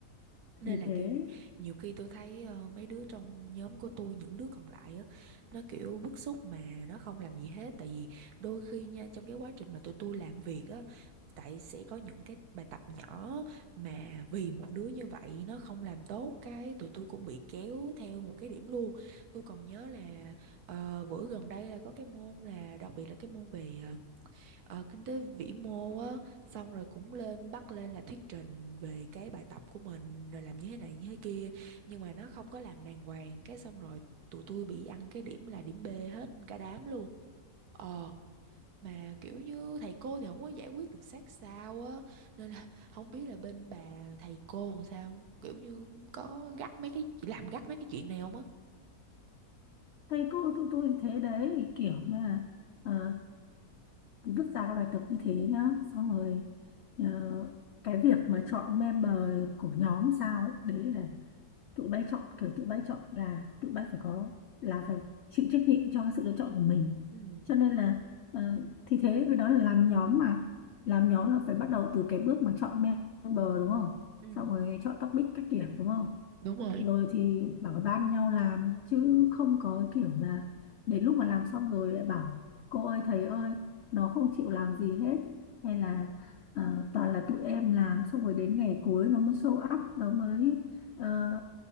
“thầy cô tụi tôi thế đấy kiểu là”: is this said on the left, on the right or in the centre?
Left